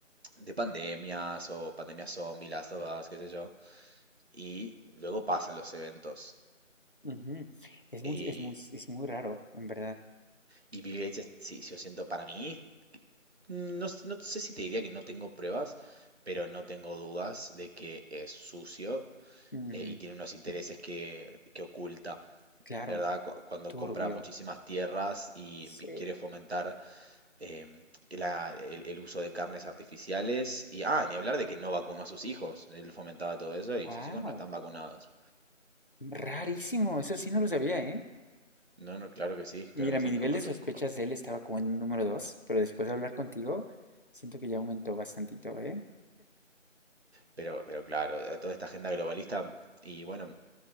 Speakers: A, on the right (about 55°); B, on the left (about 40°).
A: de pandemias o pandemias zombie, Last of Us, qué sé yo. Y luego pasan los eventos.
B: Ujú. Es muy,
A: Y,
B: es muy, es muy raro, en verdad.
A: y Bill Gates, es- sí, yo siento para mí, no, s- no sé si te diría que no tengo pruebas, pero no tengo dudas de que es sucio
B: Ujú,
A: eh, y tiene unos intereses que, que oculta,
B: Claro,
A: ¿verdad? Cu- Cuando
B: turbio.
A: compra muchísimas tierras y
B: Sí.
A: empi- quiere fomentar em, que la- el, el uso de carnes artificiales. Y, ah, ni hablar de que no vacunó a sus hijos. Él fomentaba todo eso
B: Wow,
A: y sus hijos no están vacunados.
B: rarísimo, eso sí no lo sabía, ¿eh?
A: No, no, claro que sí, claro
B: Mira,
A: que
B: mi
A: sí,
B: nivel
A: como,
B: de
A: to-
B: sospechas
A: como-
B: de él estaba como en un número 2, pero después de hablar contigo, siento que ya aumentó bastantito, ¿eh?
A: pero, pero claro, eh, toda esta agenda globalista y bueno,